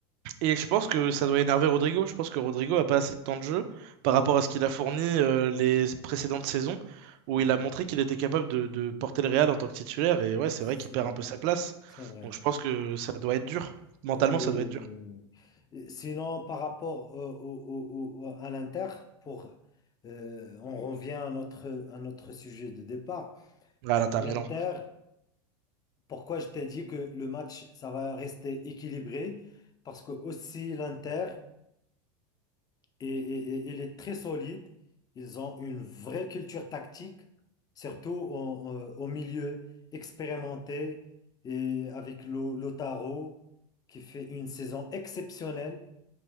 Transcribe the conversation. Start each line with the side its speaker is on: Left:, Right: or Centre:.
Right: et je pense que ça doit énerver Rodrigo. Je pense que Rodrigo a pas assez de temps de jeu par
Left: oui,
Right: rapport à ce qu'il a fourni euh, les précédentes saisons, où
Left: ouais,
Right: il a montré qu'il était capable de, de porter le Real en tant que titulaire. Et ouais, c'est
Left: c'est
Right: vrai qu'il perd un peu sa place.
Left: c'est vrai.
Right: Donc je pense que ça doit être dur. Mentalement,
Left: Ah Oui, oui,
Right: ça
Left: oui,
Right: doit être
Left: oui,
Right: dur.
Left: oui. Euh, Sinon, par rapport euh, au, au- au- à l'Inter, pour, euh, on revient à notre, à notre sujet de départ.
Right: Là, à l'Inter
Left: Pour
Right: Milan.
Left: l'Inter, pourquoi je t'ai dit que le match, ça va rester équilibré? Parce que aussi l'Inter, est, est- est- il est très solide. Ils ont une vraie culture tactique, surtout au, au- au milieu expérimenté et avec Lo- Lautaro, qui fait une saison exceptionnelle.